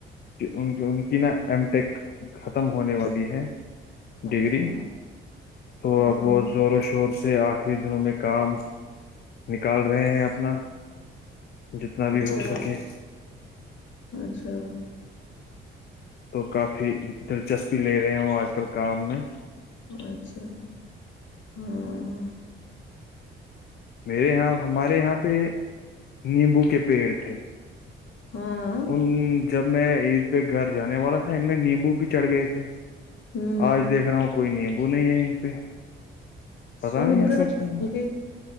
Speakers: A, on the left (about 55°); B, on the left (about 70°).
A: ان کی نا ایم ٹیک ختم ہونے والی ہے ڈگری
B: اچھا
A: تھوڑا
B: ہاں
A: بہت زور و شور سے آخری دنوں میں کام نکال رہے ہیں اپنا جتنا بھی
B: اچھا
A: ہو سکے
B: اچھا
A: تو کافی دلچسپی لے رہے ہو آج کل کام میں
B: اچھا ہاں
A: میرے یہاں ہمارے یہاں پہ نیمبو کے پیڑ تھے
B: ہاں
A: ان جب میں عید پہ گھر جانے والا تھا ان میں نیمبو بھی چڑھ گئے تھے
B: ہوں
A: آج دیکھ رہا ہوں کوئی نیمبو نہیں ہے ان پہ پتا
B: سوکھ
A: نہیں ایسا کیوں ہے
B: گے